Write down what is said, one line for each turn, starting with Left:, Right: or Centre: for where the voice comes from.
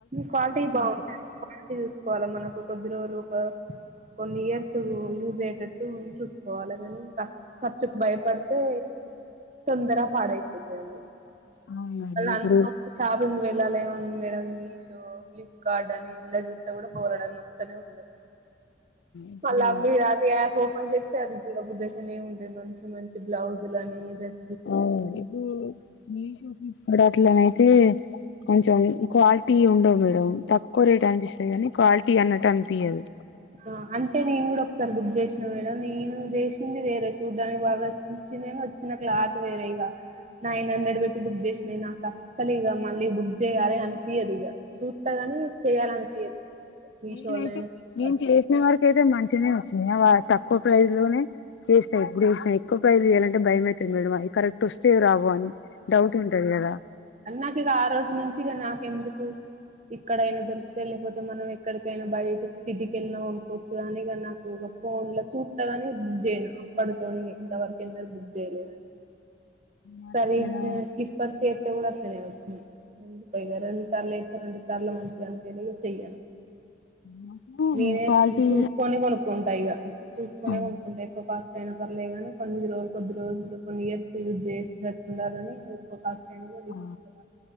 Right: క్వాలిటీ బాగుంటది క్వాలిటీ చూసుకోవాలా మనకు కొద్ది రోజులు ఒక కొన్ని ఇయర్స్ యూజ్ అయేటట్టు చూసుకోవాలే కాని కాస్ ఖర్చుకు భయపడుతే తొందర పాడైపోతాయి అవి
Left: అవునండి
Right: మళ్ళ
Left: ఇప్పుడు
Right: అందులో చా <unintelligible> వెళ్ళాలేమ మేడం మీ మీ షో ఫ్లిప్కార్ట్ అని ఇలా చుతే కూడా బోలెడన్ని ఓస్తానే ఉనాయి
Left: ఇప్పుడు
Right: మళ అవి అదే అప్ ఓపెన్ చేస్తే అది చూడబుద్ధిఅయితేనే ఉంటాది మంచి మంచి బ్లౌజులు అని డ్రెస్
Left: ఆ ఇవి మీషో ఫ్లిప్కార్ట్ అట్లనైతే కొంచెం క్వాలిటీ ఉండదు మేడం తక్కువ రేట్ అనిపిస్తది కాని క్వాలిటీ అన్నట్టు అన్పియదు
Right: ఆ అంటే నేను కూడా ఒకసారి బుక్ చేసినా మేడం నేను చేసింది వేరే చూడ్డానికి బాగా నేను వచ్చిన క్లాత్ వేరే ఇగ నైన్ హండ్రెడ్ పెట్టి బుక్ చేసినా ఇగ నాకు అస్సలు ఇగా మళ్ళీ బుక్ చేయ్యాలే అనిపియద్ ఇగ చు చూస్తా కానీ చేయాలనిపియేదు మీ షో
Left: నేనైతే
Right: లైన మీషోలైన
Left: నేను చేసిన వరక అయితే మంచిగానే వచ్చినాయి ఆ వా తక్కువ ప్రైజ్ లోనే చేస్తా ఎప్పుడు చేసిన ఎక్కువ ప్రైజ్ లు చేయాలంటే భయమైతది మేడం అవి కరెక్ట్ ఓస్తాయో రావో వో అని డౌట్ ఉంటది కదా
Right: అ నాకు ఇక ఆ రోజు నుంచి ఇగా నాకెందుకు ఇక్కడైనా దొరుకుతాయి లేకపోతే మనం ఎక్కడికైనా బయట సిటీకి వెళ్ళిన కొనుక్కోవచ్చు కాని నాకు ఫోన్ లో చూత్తగాని బుక్ చేయను అప్పటితోని ఎంత వరకు ఎందరు బుక్ చేయలేదు
Left: నాకు
Right: సరి
Left: చాలా
Right: స్లిప్పర్స్ చెత్ అట్లనే వచ్చినయ్ ఇగా రెండు సార్లు అయితే రెండు సార్లు మంచిగా అనిపియలే ఇగ చెయను
Left: నాకు
Right: నేనే
Left: క్వాలిటీ
Right: చూసుకొని కొనుక్కుంటా ఇగా చూసుకొని
Left: అంటే
Right: కొనుక్కుంటా ఎక్కువ కాస్ట్ అయిన పర్లే గాని కొన్ని రోజులు కొద్ది రోజులు కొన్ని ఇయర్స్ యూజ్ చేసేటట్టు ఉండాలని ఎక్కువ కాస్ట్ కోన్ తీసుకుంటా
Left: ఆ!